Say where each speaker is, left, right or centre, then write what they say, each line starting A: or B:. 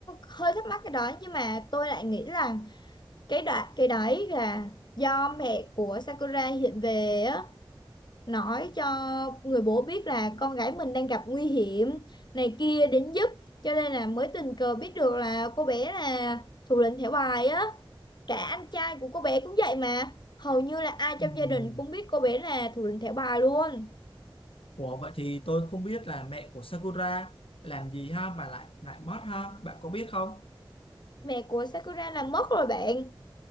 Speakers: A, on the left (about 50°); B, on the left (about 75°).
A: hơi thắc mắc cái đó nhưng mà tôi lại nghĩ là cái đoạn cái đấy là do mẹ của Sakura hiện về á nói cho người bố biết là con gái mình đang gặp nguy hiểm này kia đến giúp cho nên là mới tình cờ biết được là cô bé là thủ lĩnh thẻ bài á cả anh trai của cô bé cũng vậy mà hầu như là ai
B: Ừm.
A: trong gia đình cũng biết cô bé là thủ lĩnh thẻ bài luôn
B: Ủa vậy thì tôi không biết là mẹ của Sakura làm gì ha mà lại lại mất ha bạn có biết không
A: mẹ của Sakura là mất rồi bạn